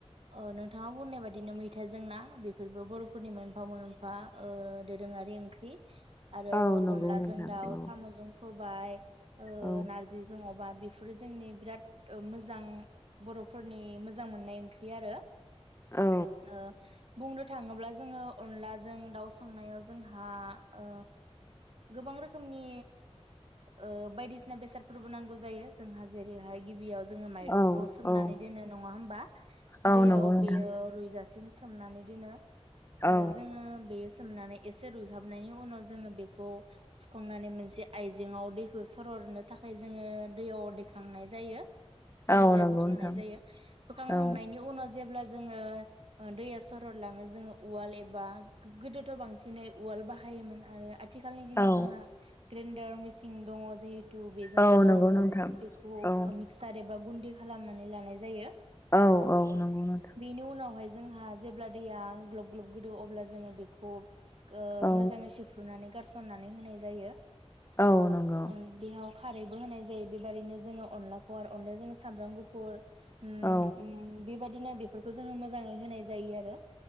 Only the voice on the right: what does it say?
ओ नों थाङा बुंनाय बाददिनो मैथाजों ना। बेफोरबो बर'फोरनि मोनफा मोनफा ओ दोरोङारि ओंख्रि। आरो
अनलाजों
दाउ
साम'जों सबाइ ओ
नारजिजों अमा बेफोरो जोंनि बिराद मोजां बर' फोरनि मोजां मोननाय ओंख्रि आरो।
ओ बुंनो थाङोब्ला जोङो अनलाजों दाउ संनायाव जोंहा ओ गोबां रोखोमनि ओ बायदिसिना बेसादफोरबो नांगौ जायो। जोंहा जेरैहाय गिबियाव जोङो माइरंखौ
सोमनानै
दोनो नङा होमबा?
दैयाव
बेयो रुइजा सिम सोमनानै दोनो। ओ
जोङो बे सोमनानै एसे रुइहाबनायनि उनाव जोङो बेखौ सुखांनानै मोनसे आइजेंआव दैखौ सररनो थाखाय जोङो दैयाव दैखांनाय जायो। दैनिफ्राय
बोखांनाय
जायो। बोखां खांनायनि
उनाव जेब्ला जों जोङो दैया सरद लाङो जोङो उवाल एबा गोदोथ' बांसिनै उवाल बाहायोमोन आरो आ थिखालनि दिनाव
जोंहा ग्रेन्डार मिसिन दङ जिहे थु बेजोंबो
जोङो
बा गुन्दि खालामनानै लानाय जायो
बेनि उनावहाय जोंहा जेब्ला दैया ग्लब ग्लब गोदो अब्ला जोङो बेखौ ओ
मोजाङै सेफ्रुनानै गार फुननानै होनाय जायो
बेयाव खारैबो होनाय जायो बेबादिनो जोङो अनलाखौ आरो अनलायाव जोङो सामब्राम गुफुर ओम
उम बेबायदिनो बेफोरखौ जोङो मोजाङै होनाय जायो आरो